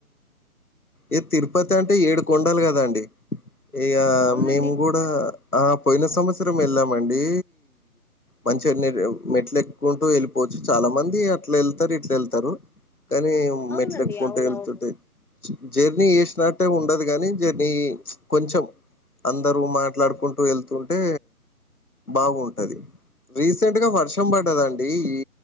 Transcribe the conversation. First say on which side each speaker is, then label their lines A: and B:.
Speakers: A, on the left; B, in the centre.
A: ఏ తిరుపతి అంటే ఏడు కొండలు కదాండి ఇగ
B: అవునండి
A: మేము కూడా ఆ పోయిన సంవత్సరం వేళ్లమండి మంచిగన్ని మెట్లు ఎక్కుంటూ వెళ్ళిపో చాలా మంది అట్లా వెళ్తారు ఇట్లా వెళ్తారు కానీ
B: అవునండి
A: మెట్లు ఎక్కుంటూ
B: అవును
A: వెళ్తుంటే
B: అవును
A: జర్నీ చేసినట్టే ఉండదు కాని జర్నీ కొంచెం అందరు మాట్లాడుకుంటూ వెళ్తుంటే బాగుంటది రీసెంట్ గా వర్షం పడ్డదండి ఈ